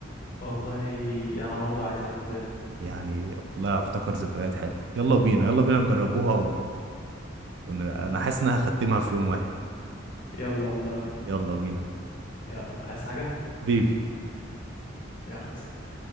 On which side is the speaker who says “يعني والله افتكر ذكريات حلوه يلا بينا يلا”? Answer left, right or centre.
Right